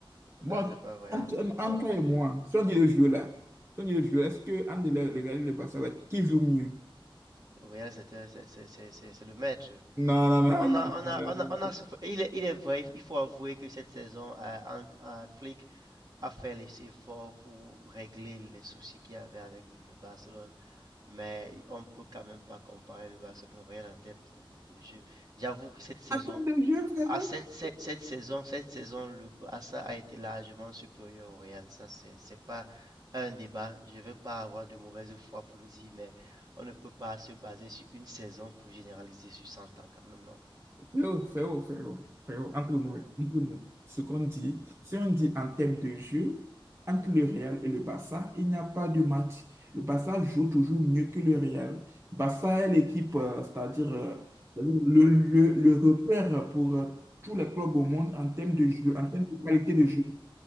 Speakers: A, on the right (about 30°); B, on the right (about 45°).
A: Bon,
B: non, c'est pas vrai.
A: entre,
B: C'est pas
A: entre
B: vrai.
A: toi et moi, si on dit le jeu là, si on dit le jeu, est-ce que entre le, le Real et le Barça là, qui joue mieux?
B: Le Real, c'était- c'est c'est- c'est- c'est- c'est le maître.
A: Non, non,
B: On
A: non, non,
B: a, on a, on
A: non,
B: a, on
A: non.
B: a souffert. Il est, il est vrai, il faut avouer que cette saison, euh, Ant- euh, Flick a fait les efforts pour régler les soucis qu'il y avait avec le Barcelone. Mais on ne peut quand même pas comparer le Barcelone au Real en termes de, de- de jeu. J'avoue que cette saison,
A: Attends de jeu, frérot.
B: à cette, cette, cette saison, cette saison, le Barça a été largement supérieur au Real. Ça, c'est, c'est pas un débat. Je ne veux pas avoir de mauvaise foi pour le dire, mais on ne peut pas se baser sur une saison pour généraliser sur 100 ans quand même, non?
A: Frérot, frérot, frérot, frérot, entre nous,
B: Ouais.
A: entre nous, ce qu'on dit, si on dit en termes de jeu, entre le Real et le Barça, il n'y a pas de match. Le Barça joue toujours mieux que le Real. Barça est l'équipe, euh, c'est-à-dire euh, le, le, le repère pour euh, tous les clubs au monde en termes de jeu, en termes de qualité de jeu.